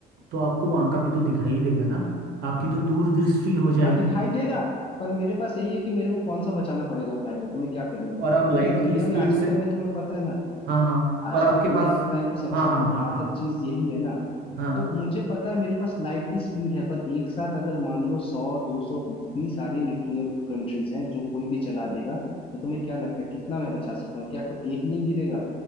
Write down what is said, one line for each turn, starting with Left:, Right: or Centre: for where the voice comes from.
Right: तो आपको वहां का भी तो दिखाई देगा ना आपकी तो दूरदृष्टि हो जाएगी
Left: हाँ दिखाई देगा पर मेरे पास यही है कि मेरे को कौन सा बचाना पड़ेगा पहले तो मैं क्या करूंगा
Right: और आप लाइट
Left: क्योंकि इस दुनिया
Right: की स्पीड
Left: में आज
Right: से
Left: के टाइम पे तुम्हें पता है ना
Right: हाँ हाँ और
Left: आज
Right: आपके
Left: तो दुनिया
Right: पास
Left: के टाइम पे सबसे
Right: हाँ हाँ
Left: घातक
Right: हाँ हाँ
Left: चीज यही है ना
Right: हाँ
Left: तो मुझे पता है मेरे पास लाइट की स्पीड है पर एक साथ अगर मान लो सौ दो सौ इतनी सारी न्यूक्लियर कंट्रीज हैं जो कोई भी चला देगा तो तुम्हें क्या लगता है कितना मैं बचा सकूंगा क्या को एक नहीं गिरेगा